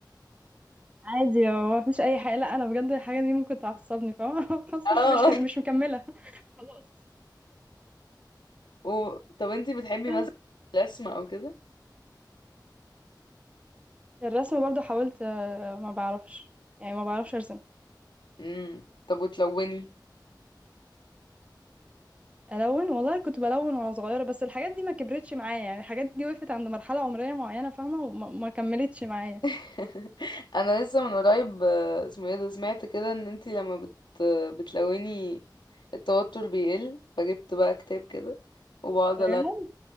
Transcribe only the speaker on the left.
اه
<laughs> و... طب انت بتحبي
مثلا الرسم او كده
امم طب وتلوني
<laughs> انا لسه من قريب آه، اسمه ايه ده سمعت كده ان انتي لما بت بتلوني التوتر بيقل فجبت بقى كتاب كده وبقعد
الون